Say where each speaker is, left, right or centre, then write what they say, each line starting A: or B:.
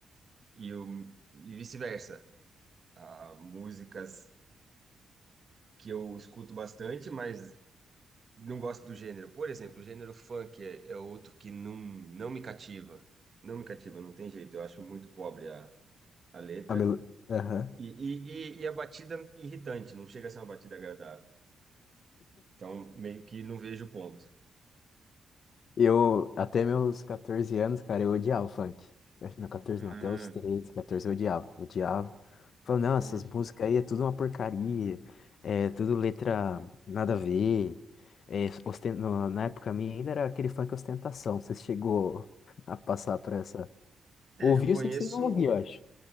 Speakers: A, on the right; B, on the left.
A: e, eu- e vice-versa. Há músicas que eu escuto bastante, mas não gosto do gênero. Por exemplo, o gênero funk é, é outro que não, não me cativa. Não me cativa, não tem jeito. Eu acho muito pobre a, a letra.
B: A melo... Aham.
A: E, e, e, e a batida irritante, não chega a ser uma batida agradável. Então, meio que não vejo o ponto.
B: Eu, até meus 14 anos, cara, eu odiava o funk. Eu acho- Não, 14
A: Ah,
B: não, até os 13, 14 eu odiava. Odiava. Falei, não,
A: <laughs>
B: essas
A: hum.
B: músicas aí é tudo uma porcaria. É tudo letra nada a ver. É, osten- no- Na época minha ainda era aquele funk ostentação. Você chegou <laughs> a passar por essa.
A: É,
B: Ouvi,
A: eu conheço,
B: eu sei que você não ouvia, eu acho.